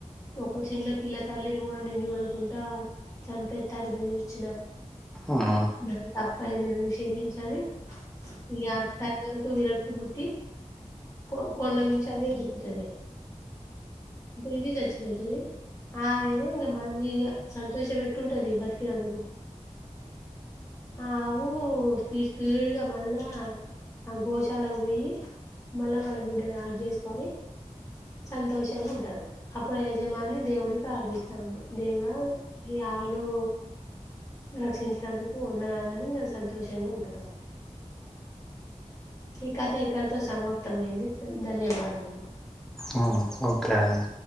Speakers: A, on the left; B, in the centre.
A: ఒక చిన్న పిల్ల తల్లిని గూడ నేను జూడకుంటా చంపేత్తాని బెదిరించిన
B: ఆహా
A: నాది తప్పయింది నన్ను క్షేమించని ఈ ఇగ టైగర్ కు విరక్తి పుట్టి కొ కొండమించి అదే దూక్కుతదిగ, ఇంక ఇది చచ్చిపోతది. ఆదేమో ఇంగ మళ్ళీగ సంతోషమేట్టుంటది బతికినందుకు ఆవు స్పీడ్ స్పీడ్గా మళ్ళా ఆ గోశాలకు బొయ్యి మళ్ళ వాళ్ళ బిడ్డను హగ్ జేసుకొని సంతోషంగుంటరు అప్పుడ యజమాని దేవున్ని ప్రార్థిస్తా ఉంటడు దేవుడా ఈ అవునూ రక్షించినందుకు వందనాలని ఇంగ సంతోషంగ ఉంటరు వాళ్ళు. ఈ కథ ఇక్కడతో సమాప్తమయింది ధన్యవాదములు.
B: అవున ఓకే అండి.